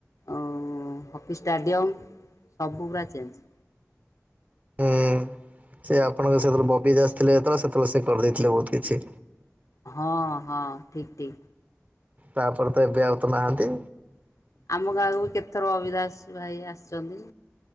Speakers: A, on the left; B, on the right.
A: ଆଉ ହକି ଷ୍ଟାଡ଼ିୟମ୍ ସବୁ ପୁରା ଚେଞ୍ଜ।
B: ହୁଁ ସେ ଆପଣଙ୍କର ସେତବେଳେ ବବି ଦାସ ଥିଲେ ଯେତେବେଳେ ସେତେବେଳେ ସେ କରିଦେଇଥିଲେ ବହୁତ୍ କିଛି।
A: ହଁ-ହଁ ଠିକ୍-ଠିକ୍।
B: ତାପରେ ତ ଏବେ ଆଉ ତ ନାହାନ୍ତି।
A: ଆମ ଗାଁକୁ ବି କେତଥର ବବିଦାସ ଭାଇ ଆସିଚନ୍ତି।